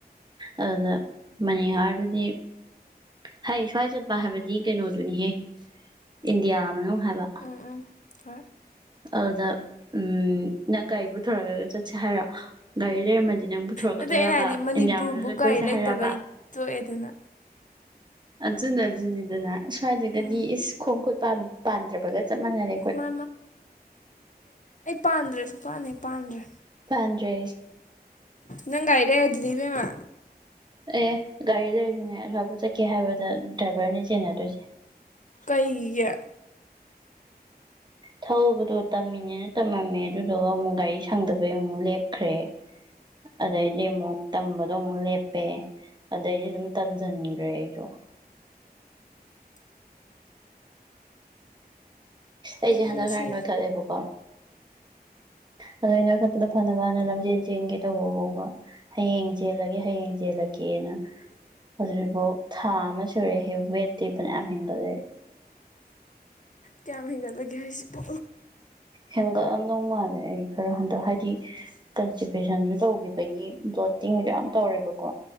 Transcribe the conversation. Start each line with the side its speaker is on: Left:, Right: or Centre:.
Right: ꯑꯗꯨꯗ ꯃꯅꯤꯍꯥꯔꯗꯨꯗꯤ ꯍ ꯁ꯭ꯋꯥꯏ ꯆꯠꯄ ꯍꯥꯏꯕꯗꯤ ꯀꯩꯅꯣꯗꯨꯅꯤꯍꯦ ꯏꯟꯗꯤꯌꯥ ꯃꯅꯨꯡ ꯍꯥꯏꯕ
Left: ꯎꯝ ꯎꯝ ꯍꯣꯏ
Right: ꯑꯗꯨꯗ ꯎꯝ ꯅꯪ ꯒꯥꯔꯤ ꯄꯨ ꯊꯣꯔꯛꯂꯒ ꯆꯠꯁꯦ ꯍꯥꯏꯔꯣ ꯒꯥꯔꯤ ꯂꯩꯔꯝꯃꯗꯤ ꯅꯪ ꯄꯨꯊꯣꯔꯛꯀꯗꯣꯏꯔꯕ
Left: ꯅꯠꯇꯦ ꯑꯩꯅ ꯍꯥꯏꯗꯤ ꯃꯅꯤꯄꯨꯔꯕꯨ
Right: ꯏꯟꯗꯤꯌꯥ ꯃꯅꯨꯡꯗ
Left: ꯒꯥꯔꯤ
Right: ꯀꯣꯏꯁꯦ
Left: ꯂꯩꯇꯕꯩ
Right: ꯍꯥꯏꯔꯕ
Left: ꯇꯣꯛꯑꯦꯗꯅ
Right: ꯑꯗꯨꯅ ꯑꯗꯨꯅꯤꯗꯅ ꯁ꯭ꯋꯥꯏꯗ꯭ꯔꯒꯗꯤ
Left: ꯎꯝ
Right: ꯑꯦ ꯀꯣꯏ ꯄꯥꯝ ꯄꯥꯟꯗ꯭ꯔꯕꯒ ꯆꯞ ꯃꯥꯟꯅꯔꯦ ꯑꯩꯈꯣꯏ
Left: ꯃꯥ ꯄꯥꯟꯗ꯭ꯔꯦꯁꯨ ꯄꯥꯟꯅꯩ ꯄꯥꯟꯗ꯭ꯔꯦ
Right: ꯀꯗꯦ
Left: ꯅꯪ ꯉꯥꯏꯔꯦ ꯑꯗꯨꯗꯤ ꯃꯦꯝꯃ
Right: ꯑꯦ ꯒꯥꯔꯤ ꯂꯩꯁꯨꯅꯦ ꯑꯗꯨꯕꯠ ꯆꯠꯀꯦ ꯍꯥꯏꯕꯗ ꯗ꯭ꯔꯥꯏꯚꯔꯅꯦ ꯆꯦꯟꯅꯗꯣꯏꯁꯦ
Left: ꯀꯩꯒ
Right: ꯊꯧꯕꯗꯣ ꯇꯝꯃꯤꯅꯦꯅ ꯇꯝꯃꯝꯃꯦ ꯑꯗꯨꯗꯨꯒ ꯑꯃꯨꯛ ꯒꯥꯔꯤ ꯁꯪꯗꯕꯩ ꯑꯃꯨꯛ ꯂꯦꯞꯈ꯭ꯔꯦ ꯑꯗꯩꯗꯤ ꯑꯃꯨꯛ ꯇꯝꯕꯗꯣ ꯑꯃꯨꯛ ꯂꯦꯞꯄꯦ ꯑꯗꯩꯗꯤ ꯑꯗꯨꯝ ꯇꯟꯁꯤꯟꯈ꯭ꯔꯦ ꯑꯩꯁꯨ ꯑꯩꯖꯗ
Left: ꯄꯨꯟꯁꯤ
Right: ꯈꯔ ꯅꯣꯏꯊ ꯂꯩꯕꯣꯀꯣ ꯑꯗꯣ ꯑꯩꯅꯈꯠꯄꯗ ꯐꯅꯕꯅ ꯂꯝꯖꯦꯟ ꯆꯦꯟꯒꯦ ꯇꯧꯕ ꯐꯕ ꯍꯌꯦꯡ ꯆꯦꯜꯂꯗꯒꯤ ꯍꯌꯦꯡꯁꯦ ꯦ ꯦꯅ ꯑꯗꯨꯕꯨ ꯊꯥ ꯑꯃ ꯔꯦ ꯍꯦꯋꯦ ꯌꯥꯝ ꯍꯦꯟꯒꯥꯜ ꯂꯩ
Left: ꯀꯌꯥꯝ ꯍꯦꯟꯒꯠꯂꯒꯦ ꯍꯥꯏꯁꯤꯕꯣ
Right: ꯍꯦꯟꯒꯠꯂꯝ ꯂꯧꯧ ꯃꯥꯜꯂꯦ ꯑꯩ ꯈꯔ ꯍꯟꯗꯛ ꯍꯥꯏꯗꯤ ꯀꯟꯇꯤꯄꯦꯁꯟꯁꯨ ꯇꯧꯈꯤꯕꯒꯤ ꯕꯣꯠꯇꯤꯡꯁꯨ ꯌꯥꯝ ꯇꯧꯔꯦꯕꯀꯣ